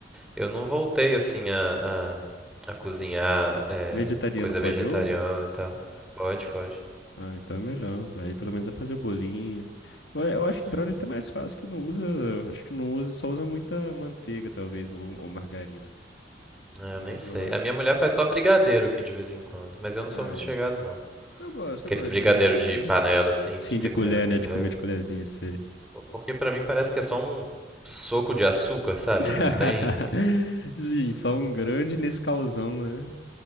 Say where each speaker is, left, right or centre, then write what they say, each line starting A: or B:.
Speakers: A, in the centre; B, on the left.
A: eu não voltei, assim, a, a, a cozinhar é,
B: Vegetariano
A: coisa
B: pode
A: vegetariana
B: ovo?
A: e tal. Pode, pode.
B: Ah, então é melhor. Aí pelo menos dá pra fazer o bolinho. Eu, eu acho
A: Uhum.
B: que brownie é até mais fácil que não usa. Acho que não usa, só usa muita manteiga, talvez, ou, ou margarina.
A: É,
B: Mas
A: eu nem sei.
B: eu acho
A: A minha
B: que.
A: mulher faz só brigadeiro aqui de vez em quando, mas eu não sou
B: Ah,
A: muito
B: é.
A: chegado, não.
B: Eu gosto,
A: Aqueles
B: eu gosto
A: brigadeiros
B: de brigadeiro,
A: de
B: mas.
A: panela, assim,
B: Sim,
A: pra você
B: de colher,
A: comer na colher.
B: né? De comer de colherzinha, sei.
A: Porque pra mim parece que é só um soco de açúcar, sabe?
B: <laughs>
A: Não tem.
B: Sim, só um grande Nescauzão, né?